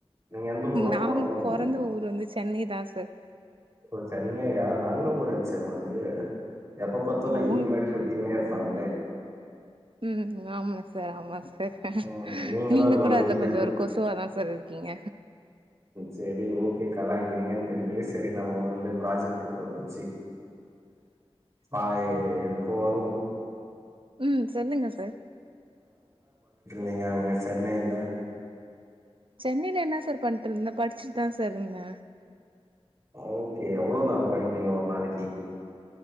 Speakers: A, on the right; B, on the right.
A: நீங்க எந்த ஊர்ல
B: நாங்க
A: பிறந்தீங்க
B: பொறந்த ஊர் வந்து சென்னை தான் சார்
A: ஓ சென்னையா நல்ல ஊர் சோ அது எப்ப பத்த இல்ல
B: உங்
A: இ மாரி ஷூட்டிங்கினே இருக்கு பாங்களே
B: உம் ஆமா சார் ஆமா சார்
A: ம். நீங்களும்
B: நீங்க கூட
A: ஒரு
B: அதுல
A: ஈ தான?
B: கொஞ்சம் ஒரு கொசுவாதா சார் இருக்கீங்க
A: சரி ஓகே கலாயக்கிறீங்கன்னு தெரியுது சரி நம்ம வந்து ப்ராஜெக்டு கூட வச்சு அப எதுக்கும் வருவோம்
B: உம் சொல்லுங்க சார்
A: நீங்க அங்க சென்னனைில
B: சென்னையில என்ன சார் பண்ருந்த படிச்சுட்டு தா சார் இருந்த
A: ஓகே எ்வளோ நேரம் படிப்பீங்க ஒரு நாளைக்கு